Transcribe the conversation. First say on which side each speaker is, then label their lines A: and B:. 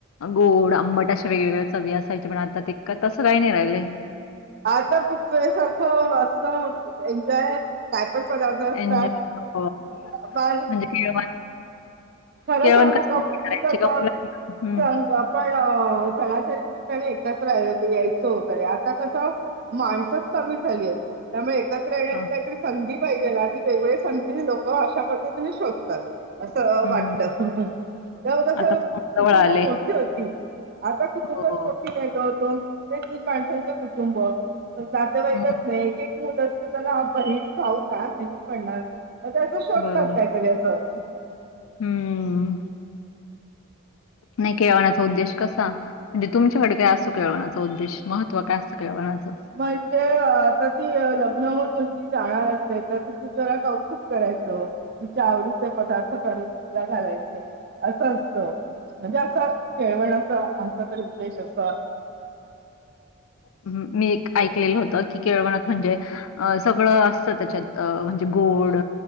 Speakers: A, on the left; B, on the right.
A: गोड आंबट अशा वेगवेगळ्या चवी असायचे पण आता ततका तसं काही नाही राहिलेय
B: आता खूप सारखं असतं एन्जॉय काय पण पदार्थ असतात
A: एन्जॉय
B: बाल
A: म्हणजे केळवण
B: खरं
A: केळवण
B: सांगू
A: कशासाठी
B: का पूर्वी
A: करायचे
B: कस
A: का मुलांना? हं.
B: सग आपण सणासरी मी त्यांने एकत्र यायचो वगैरे आता कसं माणसच कमी झाली आहेत त्यामुळे त येण्याची
A: हां.
B: काहीतरी संधी पाहिजे ना ती वेग संधी लोक अशा पद्धतीने शोधतात असं
A: हं.
B: वाटत त्यामुळे
A: आता फोन जवळ
B: कुटुंब
A: आले.
B: मोठी होती आता कुटुंबच
A: हो.
B: येत ते तीन माणसांचं कुटुंब जातवाईकच
A: हं.
B: नाही एक एक मुल असत ना बहिणी भाऊ का माहिती पडणार म त्याचा शॉक
A: बरोबर.
B: काात काहीतरी असं
A: हम्म नाही खेळवण्याचा उद्देश कसा म्हणजे तुमच्याकडे काय असतो केळवणाचा उद्देश महत्व काय असतं केळवणाचं
B: म्हणजे आता ती लग्न होऊन मुलगी जाणार असे तर तिथं जरा कौतुक करायचं तिच्या आवडीचे पदार्थ करून तिला घालायचे असं म्हणजे असा खेळवण्याचा आमचा तरी उद्देश असतो
A: ह मी एक ऐकलेलं होत की केळवणत म्हणजे अ सगळं असतं त्याच्यात म्हणजे गोड